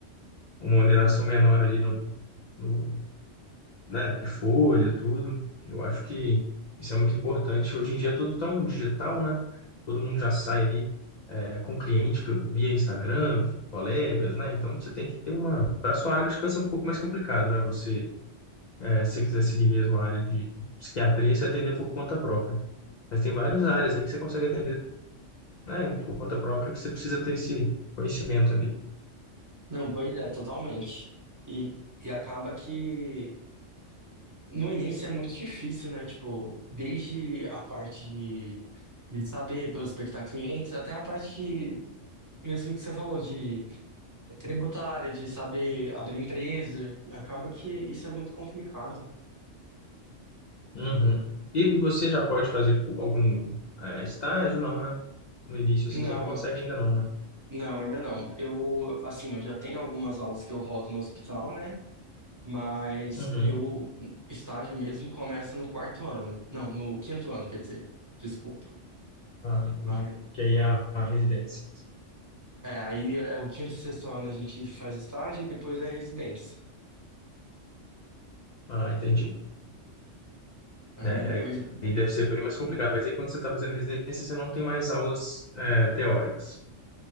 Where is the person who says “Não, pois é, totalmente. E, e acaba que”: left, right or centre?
Right